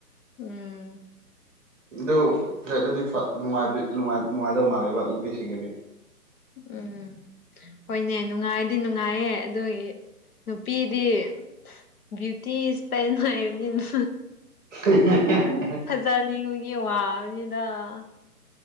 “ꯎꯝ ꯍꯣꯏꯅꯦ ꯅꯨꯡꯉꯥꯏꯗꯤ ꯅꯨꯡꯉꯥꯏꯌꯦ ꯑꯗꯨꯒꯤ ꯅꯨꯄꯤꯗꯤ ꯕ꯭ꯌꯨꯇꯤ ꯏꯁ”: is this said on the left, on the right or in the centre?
Left